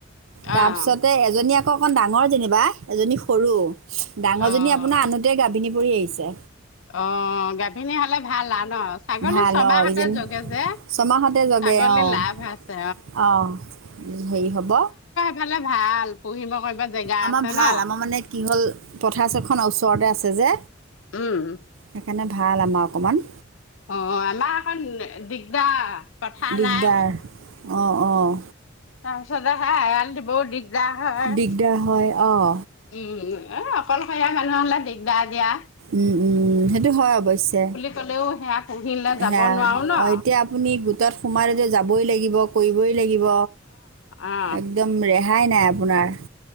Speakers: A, on the right; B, on the left.
A: তাৰ
B: অ',
A: পিছতে এজনী আকৌ আকৌ অকণ ডাঙৰ যেনিবা এজনী সৰু, ডাঙৰজনী
B: অ',
A: আপোনাৰ আনোতে গাভিনী পৰি আহিছে।
B: অ' গাভিনী হ'লে ভাল আৰু ন' ছাগলী
A: ভাল
B: ছমাহতে
A: অঁ এইজনী
B: জগে যে।
A: ছমাহতে জগে
B: ছাগলী
A: অ',
B: লাভ আছে
A: অ', হেৰি হ'ব।
B: ফালে ভাল পুহিব কৰিব জেগা
A: আমাৰ
B: আছে
A: ভাল
B: ন'।
A: আমাৰ মানে কি হ'ল পথাৰছখন ওচৰতে আছে যে।
B: উম।
A: সেইকাৰণে ভাল আমাৰ অকমান।
B: অ' আমাৰ অকণ দিগদাৰ। পথাৰ
A: দিগদাৰ
B: নাই
A: অ‌', অ'।
B: তাৰপাছতে হে <unintelligible> দিবওঁ দিগদাৰ হয়। উম,
A: দিগদাৰ হয় অঁ
B: অকলশৰীয়া মানুহ হ'লে দিগদাৰ দিয়া।
A: উম, উম, সেইটো হয় অৱশ্যে।
B: ক'লেওঁ সেয়া পুহিলে যাব
A: সেয়া
B: নোৱাৰো ন'।
A: অঁ এতিয়া আপুনি গোটত সোমালে যে যাবই লাগিব কৰিবই লাগিব,
B: অ
A: একদম ৰেহাই নাই আপোনাৰ।